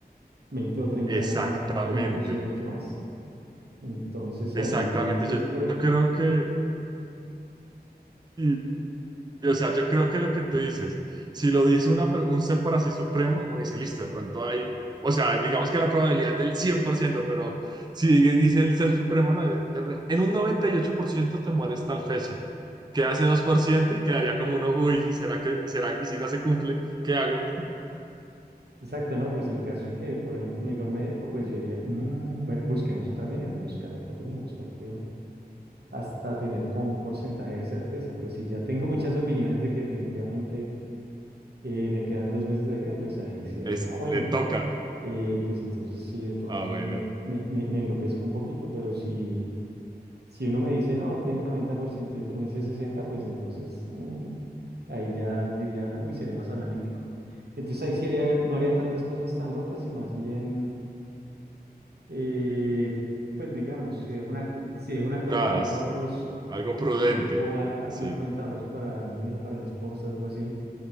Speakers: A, on the right; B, on the right.
A: veinte o treinta
B: Exactamente,
A: años más, o inclusive mucho más. Entonces
B: exactamente.
A: ahí, si
B: Yo,
A: es por... e-
B: yo creo que, y O sea, yo creo que lo que tú dices, si lo dice una per- un ser por así supremo, uno dice, listo, de pronto hay, o sea, digamos que la probabilidad es del 100%, pero si dice el ser supremo, no, de- de- en un 98% te mueres tal fecha, queda ese 2% y quedaría como uno, uy, ¿y será que, y será, y si no se cumple, ¿qué hago?
A: Exacto, ¿no? Pues en caso de que, por ejemplo, me diga un médico, pues yo diría, "Mm, bueno, busquemos otra opinión, buscar otra opinión, buscar otra opinión, hasta tener como un porcentaje de certeza. Pues si ya tengo muchas opiniones de que definitivamente eh, me quedan dos meses de vida, pues ahí sí digo,
B: Es,
A: ah, bueno,
B: le toca.
A: eh, pues entonces sí, de pronto
B: Ah, bueno,
A: me, me, me- me enloquezco un poquito, pero si, si uno me dice, no, tiene 90% y otro me dice 60, pues entonces mm, ahí ya diría, uy, sería más analítico. Entonces ahí sí haría, no haría tantas cosas tan locas y más bien, eh, pues digamos, si dejo una, si dejo una cuenta
B: mesuradas,
A: de ahorros,
B: algo prudente,
A: si dejo a- a-
B: sí.
A: una cuenta de ahorros para mi hijo, para mi esposa, algo así,